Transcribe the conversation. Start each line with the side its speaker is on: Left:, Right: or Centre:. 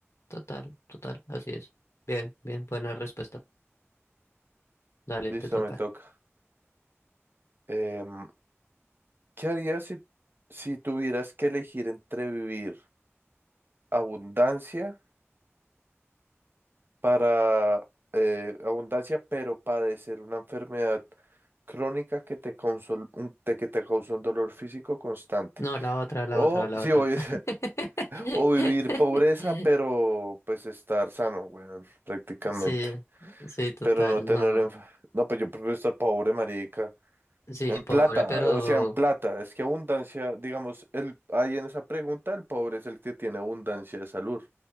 Left: total, total, así es. Bien, bien, buena respuesta. Dale,
Right: Listo,
Left: te toca.
Right: me toca. Em, ¿qué harías si, si tuvieras que elegir entre vivir abundancia? para eh, abundancia, pero padecer una enfermedad crónica que te, consol- un- te- que te causa un dolor físico constante.
Left: No, la otra, la
Right: O,
Left: otra, la
Right: sí,
Left: otra.
Right: o, <laughs>
Left: <laughs>
Right: o vivir pobreza, pero pues estar sano, weón, prácticamente.
Left: Sí, sí, total,
Right: Pero no tener...
Left: no.
Right: enf- No, pues yo prefiero estar pobre, marica.
Left: Sí,
Right: En
Left: pobre,
Right: plata,
Left: pero
Right: o sea, en plata. Es que abundancia, digamos, el, ahí en esa pregunta, el pobre es el que tiene abundancia de salud